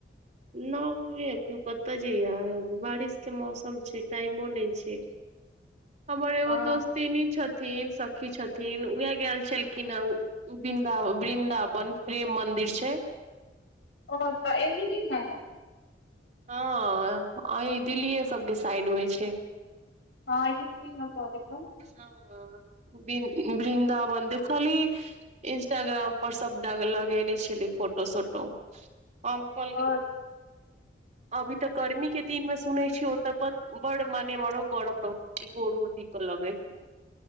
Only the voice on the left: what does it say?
<inaudible>
हँ
ओ त एनी ने
हँ यू पी मे बी
आओर